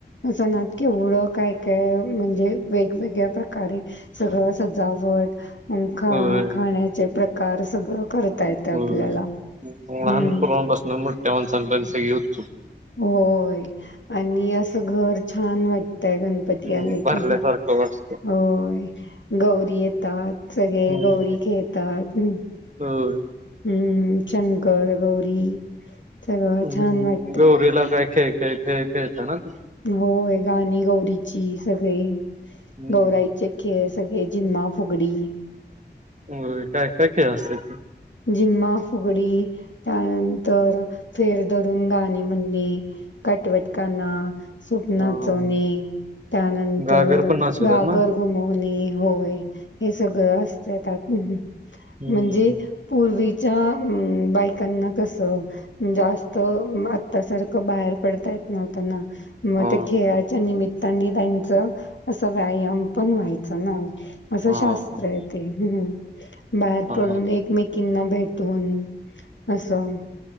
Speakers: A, on the left (about 80°); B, on the right (about 40°).
A: सणात केवढं काय काय म्हणजे वेगवेगळ्या प्रकारे सगळं सजाव सजावट आणि खाण्याचे
B: होय
A: प्रकार सगळं करता येतं आपल्याला.
B: होय लहान
A: हं.
B: मुलांपासून मोठ्या माणसा <unintelligible>
A: होय आणि असं घर छान वाटतय गणपती
B: हम्म
A: आले
B: भरल्यासारखं
A: की
B: वाटतं
A: होय गौरी येतात सगळे
B: हम्म
A: गौरी खेळतात
B: होय
A: हम् शंकर गौरी सगळं
B: हम्म
A: छान वाट
B: गौरीला काय खेळ खेळ खेळ खेळता ना तुम्ही
A: होय गाणी गौरीची सगळी
B: हम्म
A: गौराईचे केस सगळे झिम्मा फुगडी
B: होय काय काय खेळ असत्यात ती
A: झिम्मा फुगडी त्यानंतर तर फेर धरून गाणी म्हणणे काटवट काना सूप नाचवणे
B: हा
A: त्यानंतर
B: घागर पण नाचवतात
A: गागर
B: ना?
A: घुमवणे होय हे सगळं असत त्यात
B: हम्म
A: म्हणजे पूर्वीच्या बायकांना कसं जास्त आत्तासारखं बाहेर पडता येत नव्हत ना म
B: हा
A: त्या खेळाच्या निमित त्यांनी त्यांच असं व्यायाम पण व्हायचं नात असं
B: हा
A: शास्त्र
B: हा
A: येत ह <inaudible> बाहेर
B: हा
A: पडून
B: हा
A: एकमेक ना भेटून असं